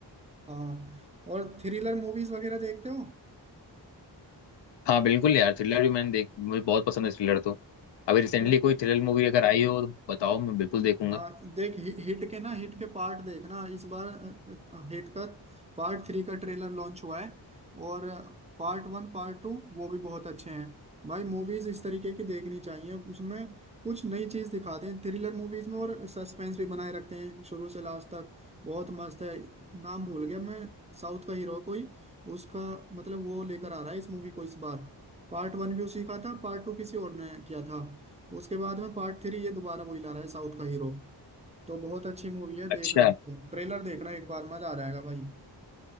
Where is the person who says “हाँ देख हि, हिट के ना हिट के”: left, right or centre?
Right